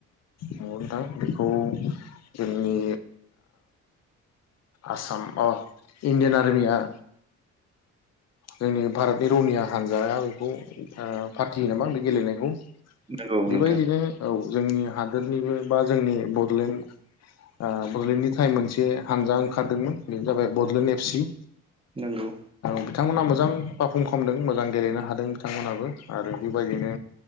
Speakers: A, on the left; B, on the right.
A: नोंथां बेखौ जोंनि आसाम अ इण्डियान आरमिया जोंनि भारतनि रौनिया हान्जाया बेखौ फाथियो नामा बे गेलेनायखौ
B: नंगौ नोंथां
A: बेबायदिनो औ जोंनि हादोरनिबो बा जोंनि बडलेण्ड ओ बडलेण्डनि थाखाय मोनसे हानजा ओंखारदोंमोन बेनो जाबाय बडलेण्ड एफ सि
B: नंगौ
A: बिथांमोना मोजां पारफर्म खामदों मोजां गेलेनो हादों बिथांमोनाबो आरो बेबायदिनो